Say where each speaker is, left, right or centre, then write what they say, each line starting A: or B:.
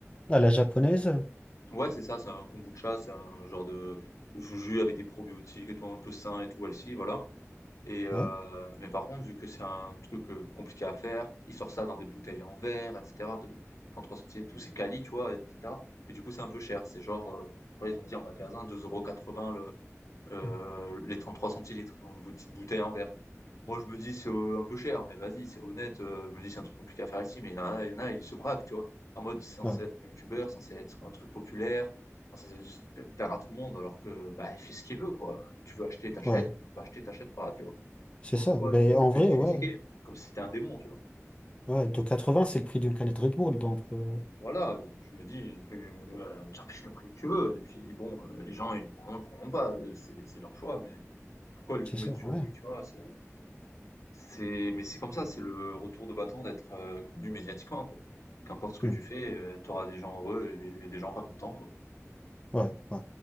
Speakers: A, on the left; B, on the left.
A: À la japonaise?
B: Ouais, c'est ça, c'est un kombucha, c'est un genre de jus avec des probiotiques et tout, un peu sain et tout, elle voilà. Et heu,
A: Ouais,
B: mais par contre, vu que c'est un truc, heu, compliqué à faire, ils sortent ça dans des bouteilles en verre, et cetera, de 33 centilitres et tout, c'est quali, tu vois? Et cetera. Mais du coup, c'est un peu cher. C'est genre, heu, je crois ils ont dit en magasin 2,80 € le, heu,
A: hmm,
B: les 33 centilitres, une petite bouteille en verre. Moi, je me dis: «C'est, heu, un peu cher», mais vas-y, c'est honnête, heu, je me dis: «C'est un truc compliqué à faire ici», mais il y en a il y en a, ils se braquent, tu vois? En mode, c'est censé
A: ouais,
B: être un youtubeur, censé être un truc populaire, censé plaire à tout le monde alors que, bah, il fait ce qu'il veut, quoi. Tu veux acheter, t'achètes.
A: ouais,
B: tu veux pas acheter, t'achètes pas, tu vois?
A: c'est ça.
B: Pourquoi
A: Mais
B: vous êtes obligé
A: en vrai,
B: de critiquer?
A: ouais,
B: Comme si c'était un démon, tu vois?
A: ouais, de vingts c'est le prix d'une canette Red Bull, donc euh,
B: Voilà, je me dis, tu, heu, tu affiches le prix que tu veux et puis bon, heu, les gens ils ne prendront, ils prendront pas, heu, c'est c'est leur choix mais pourquoi lui
A: c'est
B: tomber
A: ça,
B: dessus
A: ouais,
B: à lui, tu vois? C'est c'est mais c'est comme ça, c'est le retour de bâton d'être, heu, connu médiatiquement, quoi. Qu'importe ce que
A: hmm,
B: tu fais, heu, tu auras des gens heureux et et des gens pas contents, quoi.
A: ouais, ouais.